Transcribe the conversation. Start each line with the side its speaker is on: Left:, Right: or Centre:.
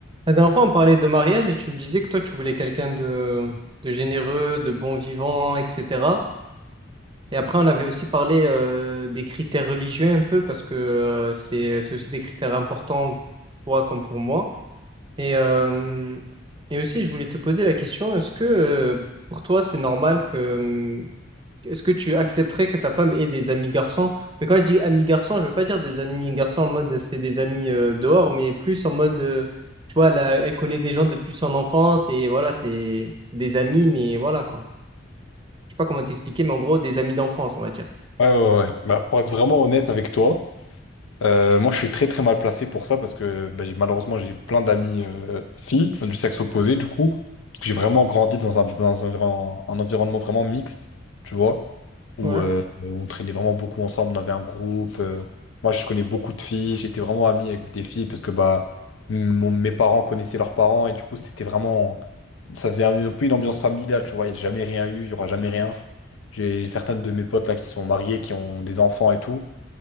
Right: La dernière fois, on parlait de mariage et tu me disais que toi, tu voulais quelqu'un de, de généreux, de bon vivant, etc. Et après, on avait aussi parlé euh, des critères religieux un peu parce que euh, c'est, c'est aussi des critères importants pour toi comme pour moi. Et, euh, et aussi, je voulais te poser la question, est-ce que euh, pour toi, c'est normal que est-ce que tu accepterais que ta femme ait des amis garçons? Mais quand je dis amis garçons, je veux pas dire des amis garçons en mode elle se fait des amis euh, dehors, mais plus en mode, euh, tu vois, elle, a- elle connaît des gens depuis son enfance et voilà, c'est c'est des amis, mais voilà quoi. Je sais pas comment t'expliquer, mais en gros, des amis d'enfance, on va dire.
Left: Ouais, ouais, ouais. Bah, pour être vraiment honnête avec toi, euh, moi, je suis très très mal placé pour ça parce que ben, j'ai- malheureusement, j'ai plein d'amis euh, filles enfin, du sexe opposé, du coup, parce que j'ai vraiment grandi dans un, dans un, un environnement vraiment mixte, tu vois, où
Right: Ouais.
Left: euh, on traînait vraiment beaucoup ensemble, on avait un groupe. euh, moi, je connais beaucoup de filles, j'étais vraiment ami avec des filles parce que bah, mon- mes parents connaissaient leurs parents et du coup, c'était vraiment. Ça faisait un, un peu une ambiance familiale, tu vois, il n'y a jamais rien eu, il n'y aura jamais rien. J'ai certaines de mes potes là qui sont mariées, qui ont des enfants et tout.